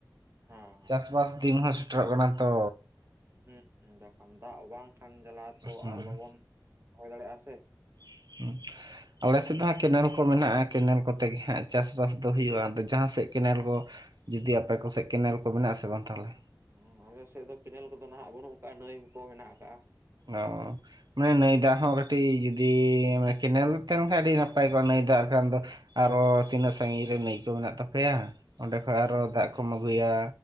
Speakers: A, on the right; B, on the right.
A: ᱦᱮᱸ
B: ᱪᱟᱥᱵᱟᱥ ᱫᱤᱱ ᱦᱚᱸ ᱥᱮᱴᱮᱨᱚᱜ ᱠᱟᱱᱟ ᱛᱚ᱾
A: ᱦᱮ ᱵᱟᱠᱷᱟᱱ ᱫᱟᱜ ᱵᱟᱝᱠᱷᱟᱱ ᱡᱟᱞᱟ ᱛᱚ
B: ᱦᱩᱸ
A: ᱟᱨ ᱵᱟᱵᱚᱱ ᱨᱚᱦᱚᱭ ᱫᱟᱲᱮᱭᱟᱜᱼᱟ ᱥᱮᱼᱼ
B: <unintelligible> ᱟᱞᱮ ᱥᱮᱫ ᱫᱚ ᱦᱟᱸᱜ ᱠᱮᱱᱮᱞ ᱠᱚ ᱢᱮᱱᱟᱜᱼᱟ ᱠᱮᱱᱮᱞ ᱠᱚᱛᱮ ᱜᱮ ᱦᱟᱸᱜ ᱪᱟᱥᱼᱵᱟᱥ ᱫᱚ ᱦᱩᱭᱩᱜᱼᱟ ᱟᱫᱚ ᱡᱟᱦᱟᱸ ᱥᱮᱫ ᱠᱮᱱᱮᱞ ᱠᱚᱼᱼ ᱡᱩᱫᱤ ᱟᱯᱮ ᱠᱚᱥᱮᱡ, ᱠᱮᱱᱮᱞ ᱠᱚ ᱢᱮᱱᱟᱜ ᱟᱥᱮ ᱵᱟᱝ ᱛᱟᱦᱚᱞᱮ?
A: <unintelligible> ᱟᱞᱮ ᱥᱮᱫ ᱫᱚ ᱠᱮᱱᱮᱞ ᱠᱚᱫᱚ ᱱᱟᱦᱟᱜ ᱵᱟᱹᱱᱩᱜ ᱟᱠᱟᱜᱼᱟ ᱱᱟᱹᱭ ᱠᱚ ᱢᱮᱱᱟᱜ ᱟᱠᱟᱜᱼᱟ᱾
B: ᱚᱻ, ᱢᱟᱱᱮ ᱱᱟᱹᱭ ᱫᱟᱜ ᱦᱚᱸ ᱠᱟᱹᱴᱤᱡ ᱡᱩᱫᱤ ᱠᱮᱱᱮᱞ
A: ᱦᱮᱸ
B: ᱛᱮᱼᱼ ᱟᱹᱰᱤ ᱱᱟᱯᱟᱭ ᱠᱚᱜᱼᱟ ᱱᱟᱹᱭ ᱫᱟᱜ ᱠᱷᱟᱱ ᱫᱚ ᱟᱨᱚ ᱛᱤᱱᱟᱹᱜ ᱥᱟᱺᱜᱤᱧ ᱨᱮ ᱱᱟᱹᱭ ᱠᱚ ᱢᱮᱱᱟᱜ ᱛᱟᱯᱮᱭᱟ? ᱚᱸᱰᱮ ᱠᱷᱚᱡ
A: ᱦᱩᱸ
B: ᱟᱨᱚ ᱫᱟᱜ ᱠᱚᱼᱼ ᱠᱚᱢ ᱟᱹᱜᱩᱭᱟ